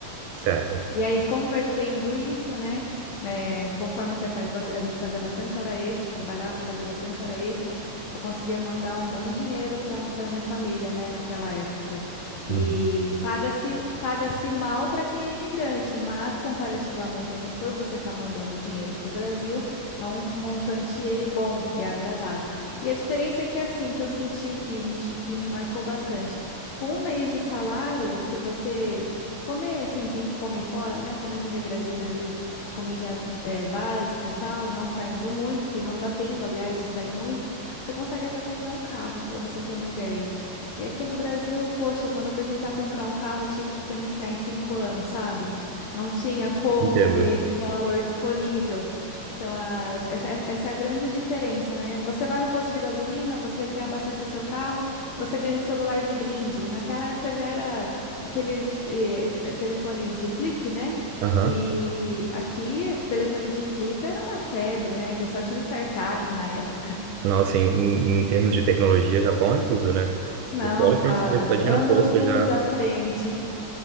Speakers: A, on the right; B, on the left.
A: Certo.
B: E aí, convertendo isso, né, né, conforme você faz, bas- a gente fazia bastante hora extra, trabalhava, fazia bastante hora extra, eu conseguia mandar um bom dinheiro para para minha família, né, naquela época. E
A: Uhum.
B: paga-se paga-se mal para quem é imigrante, mas comparativamente, assim, por você estar mandando dinheiro para o Brasil, é um montante aí bom e agradável. E a diferença é que, assim, que eu senti que me, ch- que me marcou bastante. Com um mês de salário, se você Comer, assim, sem comer fora, né? Comendo regradinho ali, comidinha eh, básica, tal, não saindo muito, que não dá tempo, aliás, de sair muito. Você consegue até comprar um carro, para você ter uma ideia. E aqui no Brasil, poxa, quando eu fui tentar comprar um carro, eu tive que financiar em cinco anos, sabe? Não tinha como
A: Entendo.
B: ter esse valor disponível. Então, a- essa, essa é a grande diferença, né? Você vai no posto de gasolina, você quer abastecer seu carro, você ganha um celular de brinde. E Naquela época já era aqueles eh, es- telefones de flip, né?
A: Aham.
B: E aqui o telefone de flip era uma febre, né? Que só tinha um StarTAC na época. <laughs>
A: Nossa, em, em em termos de tecnologia, Japão é tudo, né?
B: Não,
A: Porque olha
B: tá
A: pra você ver, você tá ir
B: anos-luz
A: no posto já.
B: à frente.